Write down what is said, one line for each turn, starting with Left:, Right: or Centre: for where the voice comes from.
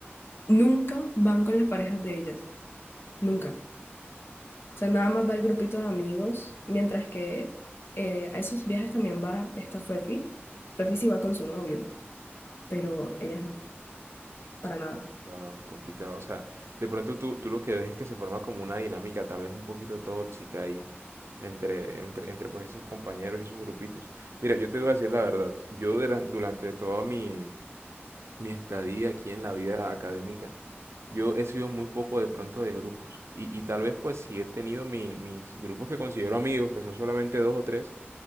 Left: Nunca van con las parejas de ellas. Nunca. O
Right: complicado,
Left: sea, nada más va el grupito de amigos, mientras que eh, a esos viajes también va esta Fefi. Fefi sí va con su novio, pero ellas no, para nada.
Right: complicado, complicado. O sea, de pronto tú, tú lo que ves es que se forma como una dinámica tal vez un poquito tóxica ahí entre, entre, entre pues esos compañeros y esos grupitos. Mira, yo te voy a decir la verdad, yo duran- durante toda mi, mi estadía aquí en la vida académica, Yo he sido muy poco de pronto de grupos y, y tal vez pues sí he tenido mi- mis grupos que considero amigos, que son solamente dos o tres,